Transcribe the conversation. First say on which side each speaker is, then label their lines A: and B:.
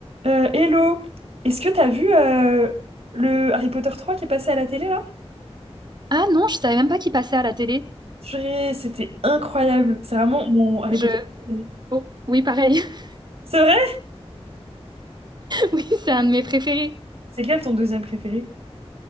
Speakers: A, on the right (about 65°); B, on the right (about 40°).
A: Euh, hello, est-ce que t'as vu euh, le Harry Potter 3 qui est passé à la télé là?
B: Ah non, je savais même pas qu'il passait à la télé.
A: Purée, C'était incroyable, c'est vraiment mon Harry
B: Je...
A: Potter préféré.
B: oh, oui, pareil. <laughs>
A: C'est vrai?
B: Oui, c'est un de mes préférés.
A: C'est lequel ton deuxième préféré?